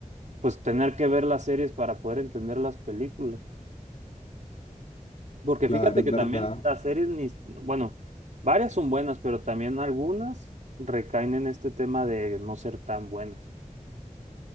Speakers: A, on the right; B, on the left.
A: pues tener que ver las series para poder entender las películas. Porque
B: claro,
A: fíjate
B: es
A: que
B: verdad.
A: también las series, ni, bueno, varias son buenas, pero también algunas recaen en este tema de no ser tan buenas.